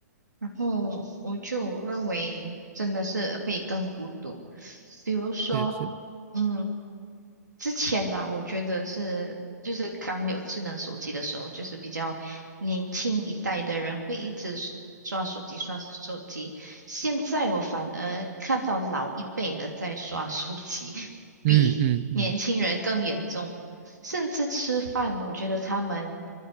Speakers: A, on the right; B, on the right.
A: 然后我就认为真的是会更孤独。比如说，
B: 是是，
A: 嗯。之前啦，我觉得是就是刚有智能手机的时候，就是比较年轻一代的人会一直刷手机刷手机。现在我反而看到老一辈的在刷手机，<laughs>
B: 嗯嗯嗯
A: 比年轻人更严重。甚至吃饭，我觉得他们